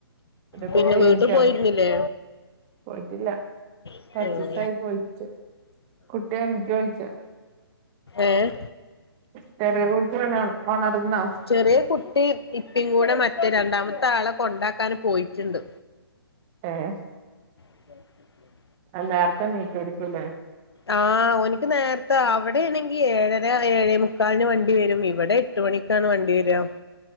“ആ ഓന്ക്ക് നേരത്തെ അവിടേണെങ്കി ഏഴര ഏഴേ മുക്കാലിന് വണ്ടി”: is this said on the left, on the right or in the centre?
Left